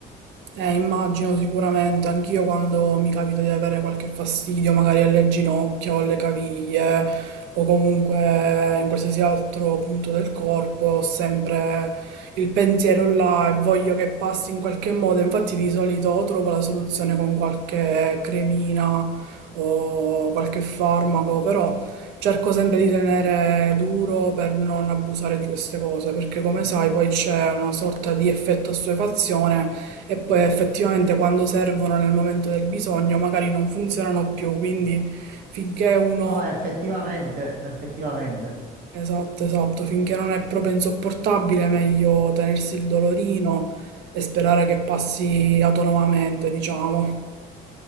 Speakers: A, on the right; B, on the right.
A: Eh, immagino sicuramente, anch'io quando mi capita di avere qualche fastidio, magari alle ginocchia o alle caviglie, o comunque in qualsiasi altro punto del corpo, ho sempre il pensiero là e voglio che passi in qualche modo. Infatti, di solito o trovo la soluzione con qualche cremina o qualche farmaco, però cerco sempre di tenere duro per non abusare di queste cose, perché come sai, poi c'è una sorta di effetto assuefazione e poi effettivamente quando servono nel momento del bisogno magari non funzionano più, quindi finché uno...
B: No, effettivamente, effettivamente.
A: Esatto, esatto, finché non è proprio insopportabile, meglio tenersi il dolorino e sperare che passi autonomamente, diciamo.